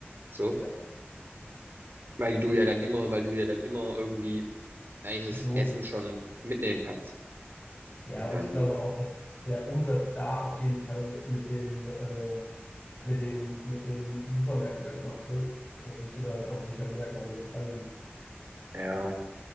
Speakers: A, on the right (about 55°); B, on the left (about 30°).
A: so,
B: Ja,
A: weil du ja dann immer, weil du ja dann immer irgendwie eigentlich
B: Das
A: das
B: lohnt
A: Essen
B: sich. nicht.
A: schon mitnehmen kannst.
B: Ja,
A: Und dann,
B: und ich glaube auch, dass der Umsatz da auf jeden Fall mit dem, äh, mit den, mit den Supermärkten da gemacht wird. Und das wirst du da halt auch sicher merken an den Preisen.
A: ja.